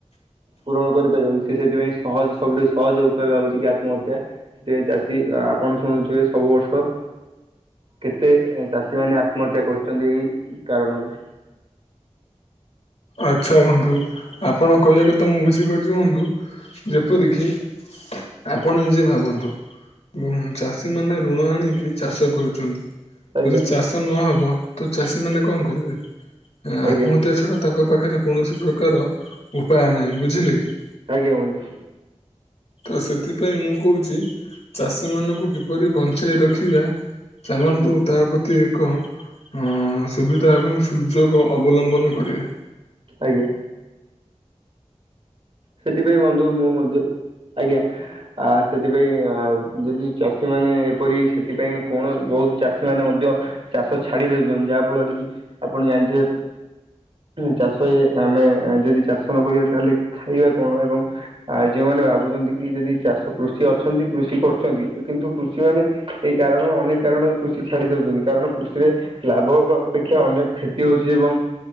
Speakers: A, on the right (about 55°); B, on the left (about 60°).
A: ପୂରଣ କରିପାରିବନି, ସେ ସେଥିପାଇଁ ସହଜ ସବୁଠୁ ସହଜ ଉପାୟ ଭାବୁଛି କି ଆତ୍ମହତ୍ୟା। ସେଥିପାଇଁ ଚାଷୀ ଆପଣ ଶୁଣୁଥିବେ ସବୁ ବର୍ଷ କେତେ ଚାଷୀ ମାନେ ଆତ୍ମହତ୍ୟା କରୁଛନ୍ତି ଏଇ ଇ କାରଣରୁ।
B: ଆଚ୍ଛା ବନ୍ଧୁ। ଆପଣ କହିବା କଥା ମୁଁ ବୁଝିପାରୁଛି ବନ୍ଧୁ। ଯେପରିକି ଆପଣ ନିଜେ ଭାବନ୍ତୁ। ଉଁ ଚାଷୀମାନେ ଋଣ ଆଣିକି ଚାଷ କରୁଛନ୍ତି।
A: ଆଜ୍ଞା
B: ଯଦି ଚାଷ ନହବ ତ ଚାଷୀ ମାନେ କଣ କରିବେ? ଆତ୍ମହତ୍ୟା
A: ଆଜ୍ଞା
B: ଛଡା ତାଙ୍କ ପାଖରେ କୌଣସି ପ୍ରକାର ଉପାୟ ନାହିଁ। ବୁଝିଲେ କି?
A: ଆଜ୍ଞା ବନ୍ଧୁ।
B: ତ ସେଥିପାଇଁ ମୁଁ କହୁଛି ଚାଷୀ ମାନଙ୍କୁ କିପରି ବଞ୍ଚେଇ ରଖିବା ଚାଲନ୍ତୁ
A: ହୁଁ
B: ଓ ତାପ ପ୍ରତି ଏକ ଆଁ ସୁବିଧା ଏବଂ ସୁଯୋଗ ଅବଲମ୍ବନ କରିବା।
A: ଆଜ୍ଞା। ସେଥିପାଇଁ ବନ୍ଧୁ ମୁଁ ମଧ୍ୟ, ଆଜ୍ଞା। ଆ ସେଥିପାଇଁ ଅ ଯଦି ଚାଷୀ ମାନେ ଏପରି ସେଥିପାଇଁ କଣ ବହୁତ ଚାଷୀ ମାନେ ମଧ୍ୟ ଚାଷ ଛାଡି ଦଉଛନ୍ତି। ଯାହା ଫଳରେ କି ଆପଣ ଜାଣିଥିବେ ଚାଷି ଆମେ ଯଦି ଚାଷ ନ କରିବା ତାହେଲେ ଖାଇବା କଣ ଏବଂ ଆ ଯୋଉମାନେ ଭାବୁଛନ୍ତି କି ଯଦି ଚାଷ କୃଷି ଅଛନ୍ତି, କୃଷି କରୁଛନ୍ତି କିନ୍ତୁ କୃଷି ମାନେ ଏଇ କାରଣ ଅନେକ କାରଣରୁ କୃଷି ଛାଡ଼ି ଦେଉଛନ୍ତି। କାରଣ କୃଷିରେ ଲାଭ ହବା ଅପେକ୍ଷା ଅନେକ କ୍ଷତି ହଉଛି ଏବଂ